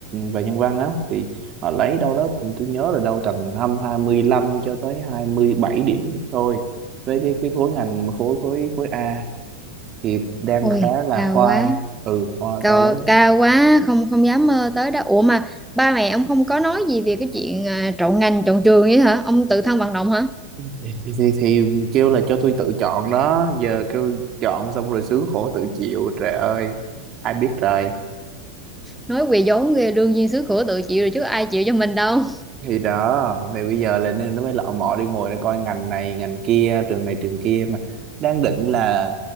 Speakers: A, on the right (about 30°); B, in the centre.
A: và nhân văn á thì họ lấy đâu đó tôi nhớ là đâu tầm hăm 25 cho tới 27 điểm thôi với cái cái khối ngành khối khối khối A thì đang
B: Ôi,
A: khá là
B: cao
A: khoai
B: quá.
A: ừ khoai
B: Cao,
A: cao lắm
B: cao quá, không không dám mơ tới đó. Ủa mà ba mẹ ông không có nói gì về cái chuyện ờ, chọn ngành, chọn trường vậy hả? Ông tự thân vận động hả?
A: thì, thì, thì thì kêu là cho tôi tự chọn đó giờ kêu chọn xong rồi sướng khổ tự chịu trời ơi ai biết trời
B: nói quỳ vốn ghê đương nhiên xứ khổ tự chịu rồi chứ ai chịu cho mình đâu
A: thì đó thì bây giờ là nên nó mới lọ mọ đi ngồi để coi ngành này ngành kia trường này trường kia mà đang định là